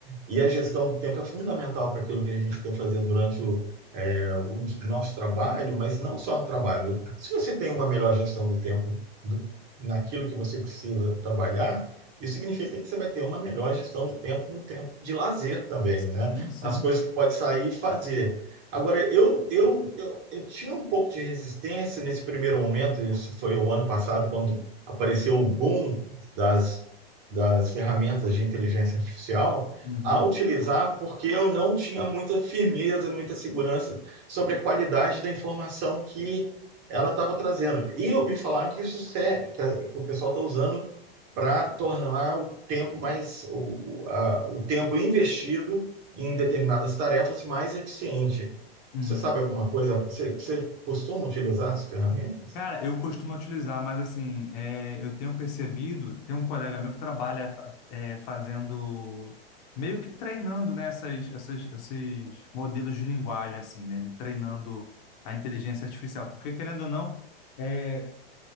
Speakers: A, on the right (about 40°); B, on the left (about 45°).
A: E a gestão do tempo é fundamental para aquilo que a gente quer fazer durante o, é, o nosso trabalho, mas não só no trabalho. Se você tem uma melhor gestão do tempo do, naquilo que você precisa trabalhar, isso significa que você vai ter uma melhor gestão do tempo no tempo de lazer também,
B: Sim,
A: né?
B: sim.
A: As coisas que pode sair e fazer. Agora, eu, eu, eu, eu tinha um pouco de resistência nesse primeiro momento, isso foi o ano passado, quando apareceu o boom das, das ferramentas de inteligência artificial,
B: Uhum,
A: a utilizar porque eu não tinha muita firmeza, muita segurança sobre a qualidade da informação que ela estava trazendo. E eu ouvi falar que isso é, que, o pessoal está usando para tornar o tempo mais o, a- o tempo investido em determinadas tarefas mais eficiente.
B: uhum.
A: Você sabe alguma coisa? Você, você costuma utilizar essas ferramentas?
B: Cara, eu costumo utilizar, mas assim, é, eu tenho percebido, tem um colega meu que trabalha fa- é, fazendo, meio que treinando, né, essas, essas, esses modelos de linguagem, assim, né, ele treinando a inteligência artificial, porque querendo ou não, é,